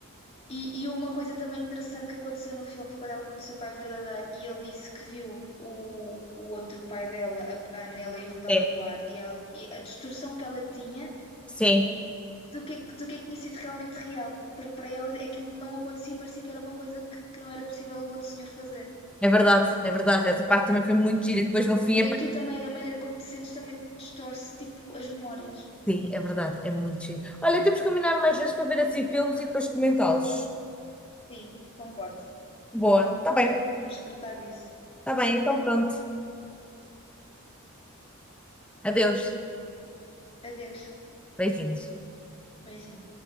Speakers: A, on the left; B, in the centre.
A: E, e uma coisa também interessante que aconteceu no filme foi quando ela conheceu o pai verdadeiro e ele disse que viu o, o outro pai dela a pegar nela e a rodá-la
B: é.
A: no ar e, ela- e a distorção que ela tinha
B: Sim,
A: do que, é que- do que é que tinha sido realmente real. Porque para ela aquilo não acontecia e parecia que era uma coisa que, que não era possível o outro senhor fazer.
B: é verdade, é verdade. Essa parte também foi muito gira e depois no fim
A: Quando
B: é.
A: tu também, a maneira como te sentes também te distorce, tipo, as memórias.
B: Sim, é verdade, é muito giro. Olha, temos que combinar mais vezes para ver assim filmes e depois comentá-los.
A: Sim, concordo.
B: Boa, tá bem,
A: Vamos tratar disso.
B: tá bem, então pronto. Adeus,
A: Adeus.
B: beijinhos.
A: Beijinhos.